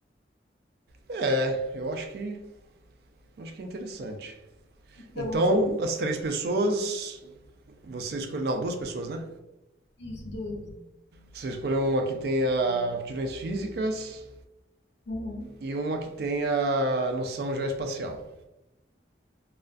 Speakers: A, on the right; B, on the left.
A: É, eu acho que acho que é interessante.
B: E Pra
A: Então,
B: você.
A: as três pessoas, você escolheu. Não, duas pessoas, né?
B: Isso, duas.
A: Você escolheu uma que tenha aptidões físicas
B: Uhum.
A: e uma que tenha noção geoespacial.